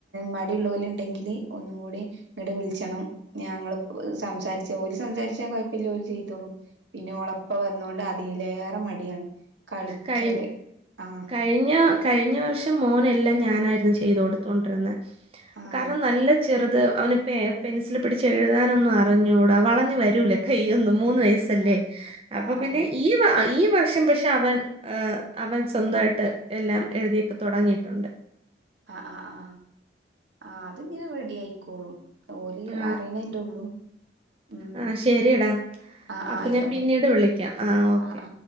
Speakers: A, on the right; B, on the right.
A: മടിയുള്ളവല ഉണ്ടെങ്കില് ഒന്നും കൂടി ഇങ്ങടെ വിളിച്ചണം ഞങ്ങള്ൾ സംസാരിച്ച ജഓലി സംസാരിച്ചാൽ കുഴപ്പമില്ല ജോലി ചെയ്തോളും പിന്നെ ഉളപ്പ വന്നൊണ്ട് അധ യിലേറെ മടിയാണ് കളിക്കാല്
B: കഴി
A: ആഹ
B: കഴിഞ്ഞ കഴിഞ്ഞ വർഷം മോനെല്ലാം ഞാനായിരുന്നു ചെയ്ത കൊടുത്തുകൊണ്ടിരുന്നത്
A: ആഹ്
B: കാരണം നല്ല ചെറു ത് അവന് പെൻസിൽ പിടിച്ചച്ച് എഴുതാനൊന്നും അറിഞ്ഞൂടാ വളഞ്ഞഞ് വരൂല കൈയ്യൊന്നും മൂന്ന് വയസ്സല്ലേ
A: ആഹ്
B: അപ്പൊ
A: ആഹ്
B: പിന്നെ
A: ആഹ്
B: ഈ ഈ വർഷം പക്ഷെ പക്ഷെ അവൻ അവൻ സ്വന്തമായിട്ട് എല്ലാം എഴുതിയക്ക തുടങ്ങിയിട്ടുണ്ട്
A: ആ് ആ് ആ ആ അത്ങ്ങനെ റെഡി ആയിക്കോളും ഓര്
B: ആ
A: അറിയണല്ലേ ഉള്ളൂ ഉം
B: ആ ശരിടാ
A: ആഹ് ആഹ്
B: അപ്പൊ
A: ആയിക്കോട്ടെ
B: ഞാൻ പിന്നീട് വിളിക്കാം ആ ഓക്കെ
A: ആഹ് ആഹ്